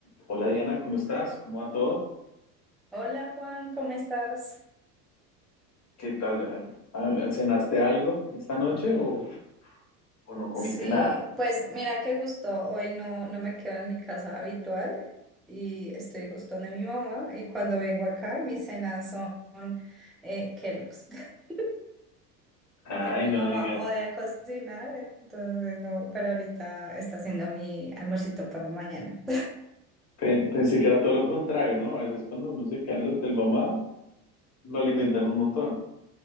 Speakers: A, on the left (about 30°); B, in the centre.
A: Hola Diana, ¿cómo estás? ¿Cómo va todo?
B: Hola Juan, ¿cómo estás?
A: ¿Qué tal? ¿Al- al- ¿Cenaste algo esta noche o, o no comiste
B: Sí,
A: nada?
B: pues mira que justo hoy no, no me quedo en mi casa habitual y estoy justo donde mi mamá y cuando vengo acá mis cenas son eh, Kellogg's <laughs>
A: Ay,
B: porque mi
A: no
B: mamá
A: digas.
B: odia cocinar, entonces no, pero ahorita está haciendo mi almuercito para mañana.
A: Pe- pensé que era todo lo contrario, ¿no? A veces cuando uno se queda en el hotel mamá, lo alimentan un montón.